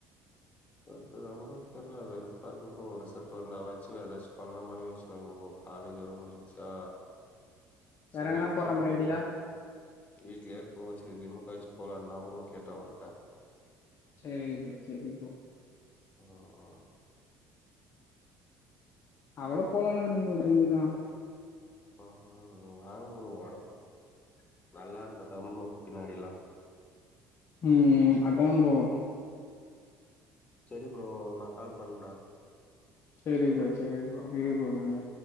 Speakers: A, on the left (about 25°); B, on the left (about 45°).
A: டுவெல்த்க்கு அப்புறம் தெரில வெறுப்பாருக்கு ப்ரோ ரிசல்ட வந்த ஆச்சு வேற ஏதாச்சு பண்ணலாமான்னு யோச்சு இருக்க ப்ரோ காலேஜ் வேற முச்சிச்சா
B: வேற
A: செரி
B: எங்கனா
A: வீட்லயே
B: போற
A: இருக்கோ
B: மாரி ஐடியா
A: வீடலே இருக்குறோ செரி ஜிம்முக்காச்சு போலாம்னு தா ப்ரோ கேட்டே உன்ட்ட
B: சேரி ப்ரோ செரி ப்ரோ
A: ஆ ஆ
B: அதோட போகலானுக்குறே ப்ரோ ஜிம்முக்கு தா
A: அ அ வேணா ப்ரோ உடம்பு நல்லா இருந்ததா ப்ரோ பின்னாடில்லா
B: ம் அதான் ப்ரோ
A: செரி ப்ரோ நான் கால் பண்றே
B: செரி ப்ரோ செரி ப்ரோ இரு ப்ரோ நானே